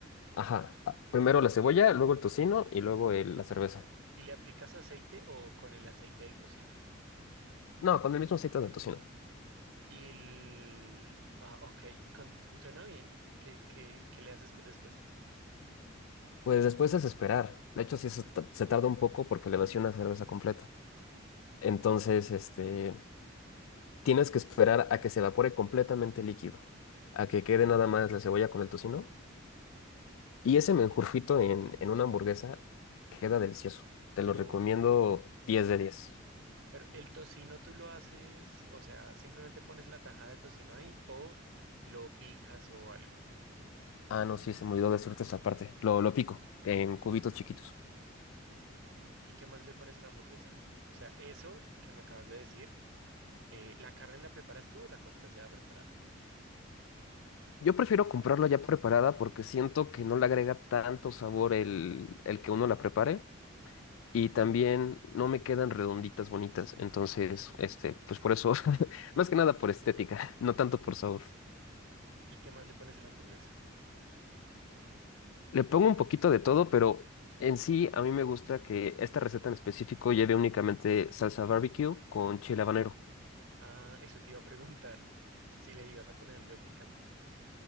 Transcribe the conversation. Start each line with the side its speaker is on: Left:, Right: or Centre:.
Left: ajá, a- primero
Right: L-
Left: la cebolla, luego el tocino y luego el- la cerveza.
Right: ¿Y le aplicas aceite o con el aceite del tocino?
Left: No, con el mismo aceite del tocino.
Right: Y el... Ah, ok, con- suena bien. ¿Qué, qué, qué le haces después?
Left: Pues después es esperar. De hecho, sí se, ta- se tarda un poco porque le vacío una cerveza completa. Entonces, este... Tienes que esperar a que se evapore completamente el líquido, a que quede nada más la cebolla con el tocino. Y ese menjurfito en, en una hamburguesa queda delicioso. Te lo
Right: Uy.
Left: recomiendo 10 de 10.
Right: Pero el tocino tú lo haces, o sea, simplemente pones la tajada de tocino ahí o lo picas o algo.
Left: Ah, no, sí, se me olvidó decirte esta parte. Lo, lo pico en cubitos chiquitos.
Right: Mm, ¿Y qué más le pones a la hamburguesa? O sea, eso que me acabas de decir, eh, ¿la carne la preparas tú o la compras ya preparada?
Left: Yo prefiero comprarla ya preparada porque siento que no le agrega tanto sabor el, el que uno la prepare. Y también no me quedan redonditas bonitas. Entonces, este, pues por eso, <laughs> más que nada por estética, no tanto por sabor.
Right: ¿Y qué más le pones a la hamburguesa?
Left: Le pongo un poquito de todo, pero en sí a mí me gusta que esta receta en específico lleve únicamente salsa barbecue con chile habanero.
Right: Ah, eso te iba a preguntar si le ibas a poner algo de picante.